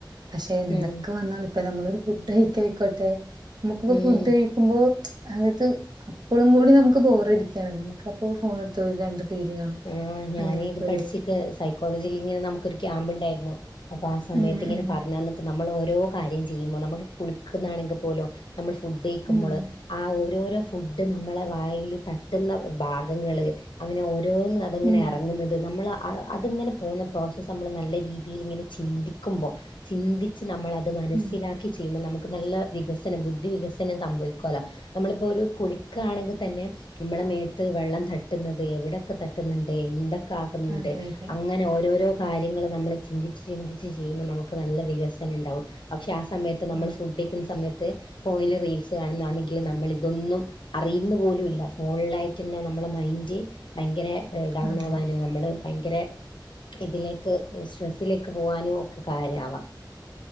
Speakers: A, on the right; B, on the left.
A: പക്ഷെ എന്തൊക്കെ
B: ഉം
A: വന്നാൽ ഇപ്പൊ നമ്മളൊരു ഫുഡ് കഴിക്കയിക്കോട്ടെ നമുക്കിപ്പോ
B: ഉം
A: ഫുഡ് കഴിക്കുമ്പോ അതായത് അപ്പളും കൂടി നമുക്ക് ബോറടിക്കയാണ് നമുക്ക അപ്പോ ഫോണ എടുത്ത് രണ്ട് റീല് കാണും
B: ആ ഞാന്
A: അങ്ങനെയൊക്കെ
B: ഇത് പഠിച്ചിക്ക്
A: ഒരു
B: സൈക്കോളജിൽ ഇങ്ങനെ നമുക്കൊരു ക്യാമ്പ് ഉണ്ടായിരുന്നു അപ്പൊ ആ സമയത്ത്
A: ഉം
B: ഇങ്ങനെ
A: ഉം
B: പറഞ്ഞന്നക്ക് നമ്മൾ ഓരോ കാര്യം ചെയ്യുമ്പോ നമ്മക്ക് കുളിക്കുന്നാണെങ്കിൽ പോലും നമ്മള് ഫുഡ്കയ്ക്കുമ്പോൾ
A: ഉം
B: ആ ഒര് - ഓരോ ഫുഡ്‌ നമ്മളെ വായീല് തട്ടുന്ന ഭാഗങ്ങള് അങ്ങനെ ഓ ഓരോന്ന് അതങ്ങനെ
A: ഉം
B: ഇറങ്ങുന്നത് നമ്മളാ അതിങ്ങനെ പോകുന്ന പ്രോസസ്സ് നമ്മള് നല്ല രീതിൽ ഇങ്ങനെ ചിന്തിക്കുമ്പോ ചിന്തിച്ച് നമ്മളത് മനസ്സിലാക്കി
A: ഉം
B: ചെയ്യുമ്പോൾ നമുക്ക് നല്ല വികസനം ബുദ്ധി വികസനം സംഭവിക്കോലോ നമ്മളിപ്പോ ഒരു കുളിക്കാണെങ്കിൽ തന്നെ നമ്മളെ മേത്ത് വെള്ളം തട്ടുന്നത് എവിടെയൊക്കെ തട്ടുന്നുണ്ട് എന്തൊക്കെ ആകുന്നുണ്ട്
A: അതെ അതെ
B: അങ്ങനെ ഓരോരോ കാര്യങ്ങള് നമ്മളെ ചിന്തിച്ച് ചിന്തിച്ച് ചെയ്യുമ്പോൾ നമുക്ക് നല്ല വികസന ഉണ്ടാവും പക്ഷെ ആ സമയത്ത് നമ്മൾ
A: അതെ
B: ഫുഡ്കഴിക്കുന്ന സമയത്ത് ത്ത് ഫോണിൽ റീൽസ് കാണുന്നാ ണെങ്കിൽ നമ്മള് ഇതൊന്നും അറിയുന്ന പോലുംല്ല ഫോണിലായിട്ട് തന്നെ ന നമ്മളെ മൈൻഡ് ഭയങ്കര ഡൗൺ
A: അതെ
B: ആവാനും നമ്മള് ഭയങ്കര ഇതിലേക്ക് സ്ട്രെസ്സിലേക്ക് പോവാനും ഒക്കെ കാര്യാവാം